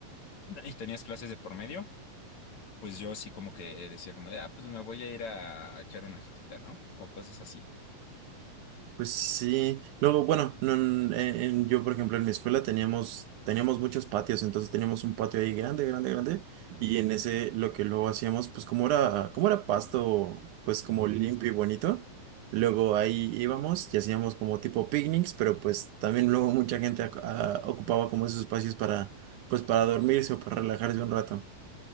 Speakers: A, on the left (about 55°); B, on the right (about 75°).
A: y tenías clases de por medio pues yo sí como que decía como de, ah, pues me voy a ir a echar una jetita, ¿no? O cosas así.
B: Pues sí, luego, bueno, no, en- en- yo por ejemplo en mi escuela teníamos, teníamos muchos patios, entonces teníamos un patio ahí grande, grande, grande, y en ese lo que luego hacíamos, pues como era, como era pasto, pues como limpio y bonito, luego ahí íbamos y hacíamos como tipo picnics, pero pues también luego mucha gente ac- a- ocupaba como esos espacios para, pues para dormirse o para relajarse un rato.